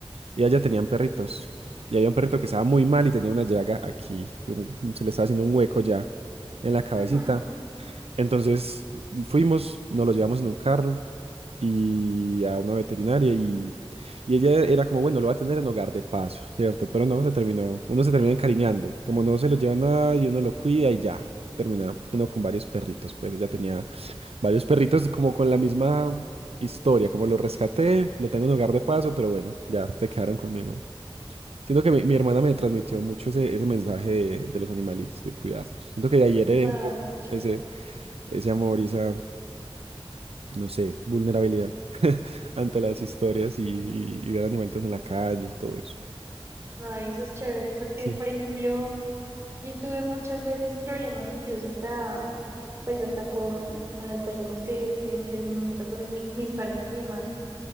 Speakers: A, on the right; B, on the right.
A: y allá tenían perritos. Y había un perrito
B: creo
A: que estaba muy mal y tenía una llaga aquí, y un- se le estaba haciendo un hueco ya en la cabecita.
B: Ajá.
A: Entonces fuimos, nos lo llevamos en un carro y a una veterinaria y, y ella era como, bueno, lo va a tener en hogar de paso, ¿cierto? Pero no, se terminó, uno se termina encariñando, como no se lo lleva nadie, uno lo cuida y ya, termina uno con varios perritos, pues ella tenía varios perritos como con la misma historia, como lo rescaté, lo tengo en hogar de paso, pero bueno, ya se quedaron conmigo. Siento que mi, mi hermana me transmitió mucho ese, ese mensaje de, de los animalitos, de cuidarlos. Siento que de ahí heredé
B: Ay,
A: un poco
B: qué chévere.
A: ese ese amor y esa, no sé, vulnerabilidad ante las historias y, y- y ver animalitos en la calle, todo eso.
B: No, eso es chévere porque,
A: Sí.
B: por ejemplo, yo tuve muchas veces problemas incluso hasta, pues hasta con, con las personas que, que, que en su momento fueron mi- mis parejas y demás,